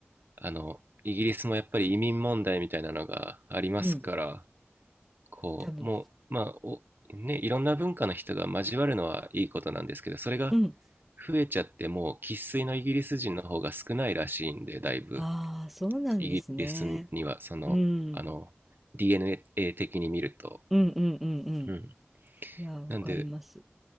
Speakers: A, on the right; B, in the centre.
A: あの、イギリスもやっぱり移民問題みたいなのがありますから、
B: うん。
A: こう、
B: 多分。
A: もう、まあ、お、ね、いろんな文化の人が交わるのはいいことなんですけど、それが
B: うん。
A: 増えちゃってもう生粋のイギリス人の方が少ないらしいんで、だいぶ。
B: ああ、そうなんですね。
A: イギリスには、その、
B: うん。
A: あの、DNA 的に見ると。
B: うんうんうんうん。
A: うん。
B: いや、わかります。
A: なんで、